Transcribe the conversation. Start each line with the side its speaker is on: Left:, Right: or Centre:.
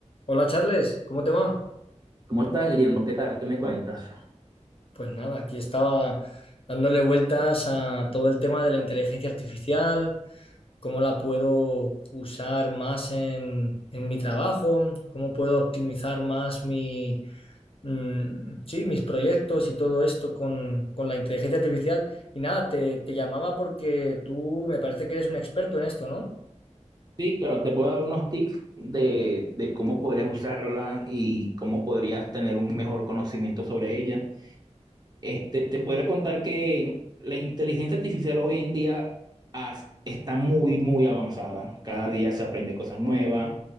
Left: Hola Charles, ¿cómo te va?
Right: ¿Cómo estás, Guillermo? ¿Qué tal? ¿Qué me cuentas?
Left: Pues nada, aquí estaba dándole vueltas a todo el tema de la inteligencia artificial, cómo la puedo usar más en, en mi trabajo, cómo puedo optimizar más mi, mm, sí, mis proyectos y todo esto con, con la inteligencia artificial. Y nada, te, te llamaba porque tú me parece que eres un experto en esto, ¿no?
Right: Sí, claro, te puedo dar unos tips de, de cómo podrías usarla y cómo podrías tener un mejor conocimiento sobre ella. Este, te podría contar que la inteligencia artificial hoy en día has- está muy, muy avanzada. Cada día se aprende cosas nuevas,